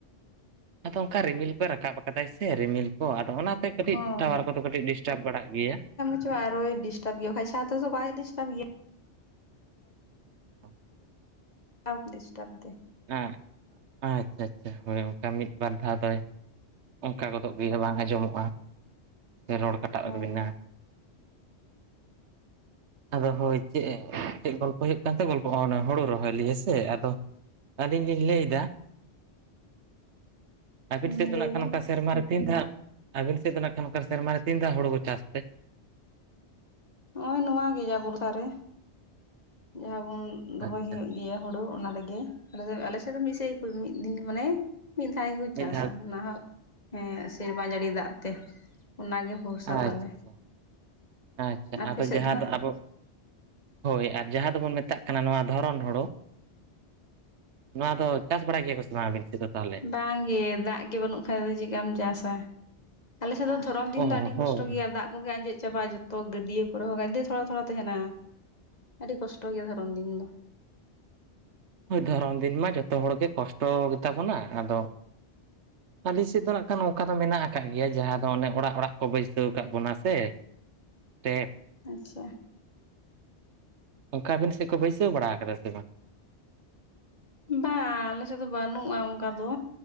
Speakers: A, on the right (about 75°); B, on the left (about 35°).
A: ᱟᱫᱚ ᱚᱝᱠᱟ ᱨᱤᱢᱤᱞ ᱠᱚᱭ ᱨᱟᱠᱟᱵ ᱟᱠᱟᱫᱟᱭ ᱥᱮ ᱨᱤᱢᱤᱞ ᱠᱚ ᱟᱫᱚ ᱚᱱᱟ ᱛᱮ ᱠᱟᱹᱴᱤᱡ
B: ᱦᱳᱭ
A: ᱴᱟᱣᱟᱨ ᱠᱚᱫᱚ ᱠᱟᱹᱴᱤᱡ ᱰᱤᱥᱴᱟᱵ ᱵᱟᱲᱟᱜ ᱜᱮᱭᱟ᱾
B: ᱦᱮᱸᱪᱚᱭ ᱟᱨᱦᱚᱭ ᱰᱤᱥᱴᱟᱨᱵ ᱜᱮᱭᱟ ᱵᱟᱠᱷᱟᱱ ᱥᱟᱶᱛᱮ ᱛᱚ ᱵᱟᱭ ᱰᱤᱥᱴᱟᱨᱵ ᱜᱮᱭᱟ᱾
A: ᱦ <inaudible>
B: <unintelligible> ᱰᱤᱥᱴᱟᱵ ᱫᱟᱭ᱾
A: ᱮᱸᱜ ᱟᱪᱪᱷᱟ ᱪᱷᱟ ᱦᱳᱭ ᱚᱝᱠᱟ ᱢᱤᱫ ᱵᱟᱨ ᱫᱷᱟᱣ ᱫᱚᱭ ᱚᱝᱠᱟ ᱜᱚᱫᱚᱜ ᱜᱮᱭᱟ ᱵᱟᱝ ᱟᱸᱡᱚᱢᱚᱜᱼᱟ, ᱥᱮ ᱨᱚᱲ ᱠᱟᱴᱟᱜ
B: ᱦᱳᱭ
A: <unintelligible> ᱵᱮᱱᱟ ᱟᱫᱚ ᱦᱳᱭ ᱪᱮᱜ ᱪᱮᱜ ᱜᱚᱞᱯᱚ ᱦᱩᱭᱩᱜ ᱠᱟᱱᱛᱮ ᱜᱚᱞᱯᱚᱼᱟ ᱚᱱᱮ ᱦᱩᱲᱩ ᱨᱚᱦᱚᱭ ᱞᱤᱭᱮ ᱦᱮᱥᱮ ᱟᱫᱚ ᱟᱹᱞᱤᱧ ᱞᱤᱧ ᱞᱟᱹᱭ ᱫᱟ ᱟᱹᱵᱤᱱ
B: ᱦᱩᱸ
A: ᱥᱮᱫ ᱫᱚ
B: ᱞᱟᱹᱭ
A: ᱱᱟᱸᱜᱼᱠᱷᱟᱱ
B: ᱵᱮᱱ
A: ᱱᱚᱝᱠᱟ ᱥᱮᱨᱢᱟᱨᱮ ᱛᱤᱱ ᱫᱷᱟᱜ ᱟᱹᱵᱤᱱ ᱥᱮᱫ ᱫᱚ ᱱᱟᱸᱜᱼᱠᱷᱟᱱ ᱚᱱᱠᱟ ᱥᱮᱨᱢᱟᱨᱮ ᱛᱤᱱ ᱫᱷᱟᱣ ᱦᱩᱲᱩ ᱠᱚ ᱪᱟᱥ ᱛᱮ?
B: ᱱᱚᱜᱼᱚᱭ ᱱᱚᱣᱟ ᱜᱮ ᱡᱟ ᱵᱚᱨᱥᱟ ᱨᱮ ᱡᱟᱦᱟᱸ ᱵᱚᱱ
A: ᱟᱪᱪᱷᱟ
B: ᱨᱚᱦᱚᱭ ᱦᱩᱭᱩᱜ ᱜᱮᱭᱟ ᱦᱩᱲᱩ ᱚᱱᱟ ᱨᱮᱜᱮ ᱟ ᱟᱞᱮ ᱥᱮᱫ ᱫᱚ ᱢᱤᱫ ᱥᱮ ᱢᱤᱫ ᱫᱤᱱ ᱢᱟᱱᱮ ᱢᱤᱫ ᱫᱷᱟᱣ ᱜᱮᱠᱚ
A: ᱢᱤᱫ
B: ᱪᱟᱥᱟ,
A: ᱫᱷᱟᱣ
B: ᱚᱱᱟ ᱦᱚᱸ ᱦᱮᱸ ᱥᱮᱨᱢᱟ ᱡᱟᱹᱲᱤ ᱫᱟᱜ ᱛᱮ᱾ ᱚᱱᱟᱜᱮ ᱵᱷᱚᱨᱥᱟ
A: ᱟᱪᱪᱷᱟ
B: ᱛᱟᱞᱮ
A: ᱟᱪᱪᱷᱟ ᱟᱪᱪᱷᱟ
B: ᱟᱯᱮ
A: ᱟᱫᱚ
B: ᱥᱮᱫ
A: ᱡᱟᱦᱟᱸ
B: ᱦᱟᱸᱜ
A: ᱫᱚ ᱟᱵᱚ ᱦᱳᱭ ᱟᱨ ᱡᱟᱦᱟᱸ ᱫᱚᱵᱚᱱ ᱢᱮᱛᱟᱜ ᱠᱟᱱᱟ ᱱᱚᱣᱟ ᱫᱷᱚᱨᱚᱱ ᱦᱳᱲᱳ, ᱱᱚᱣᱟ ᱫᱚ ᱪᱟᱥ ᱵᱟᱲᱟ ᱜᱮᱭᱟ ᱠᱚ ᱥᱮᱱ ᱥᱮᱫ ᱛᱟᱦᱚᱞᱮ
B: ᱵᱟᱝ ᱜᱮ ᱫᱟᱜ ᱜᱮ ᱵᱟᱹᱱᱩᱜ ᱠᱷᱟᱡ ᱫᱚ ᱪᱮᱠᱟᱢ ᱪᱟᱥᱼᱟ ᱾ ᱟᱞᱮᱥᱮᱫ ᱫᱚ ᱫᱷᱚᱨᱚᱱ
A: ᱚ
B: ᱫᱤᱱ ᱫᱚ ᱟᱹᱰᱤ
A: ᱦᱳᱭ
B: ᱠᱚᱥᱴᱚ ᱜᱮᱭᱟ ᱫᱟᱜ ᱠᱚᱜ ᱟᱸᱡᱮᱫ ᱪᱟᱵᱟᱜᱼᱟ ᱡᱚᱛᱚ ᱛᱚ ᱜᱟᱹᱰᱭᱟᱹ ᱠᱚᱨᱮ ᱦᱚᱸ ᱛᱷᱚᱲᱟ ᱛᱷᱚᱲᱟ ᱛᱟᱦᱮᱱᱟ ᱟᱹᱰᱤ ᱠᱚᱥᱴᱚ ᱜᱮᱭᱟ ᱫᱷᱚᱨᱚᱢ ᱫᱤᱱ ᱫᱚ
A: ᱫᱷᱚᱨᱚᱢ ᱫᱤᱱ ᱢᱟ ᱡᱚᱛᱚ ᱦᱚᱲᱜᱮ ᱠᱚᱥᱴᱚ ᱜᱮᱛᱟ ᱵᱚᱱᱟ ᱟᱫᱚ ᱟᱞᱤᱧ ᱥᱮᱫ ᱫᱚ ᱱᱟᱜ ᱠᱷᱟᱱ ᱚᱱᱠᱟ ᱫᱚ ᱢᱮᱱᱟᱜ ᱟᱠᱟᱫ ᱜᱮᱭᱟ ᱡᱟᱦᱟᱸ ᱫᱚ ᱚᱱᱮ ᱚᱲᱟᱜ ᱚᱲᱟᱜ ᱠᱚ ᱵᱟᱹᱭᱥᱟᱹᱣ ᱟᱠᱟᱫ ᱵᱚᱱᱟ ᱥᱮ ᱯᱮ
B: ᱟᱪᱪᱷᱟ
A: ᱚᱱᱠᱟ ᱟᱵᱤᱱ ᱥᱮᱫ ᱠᱚ ᱵᱟᱹᱭᱥᱟᱹᱣ ᱵᱟᱲᱟ ᱟᱠᱟᱫᱟ ᱥᱮ ᱵᱟᱝ
B: ᱵᱟᱝ ᱟᱞᱮ ᱥᱮᱫ ᱫᱚ ᱵᱟᱹᱱᱩᱜᱼᱟ ᱚᱱᱠᱟ ᱫᱚ᱾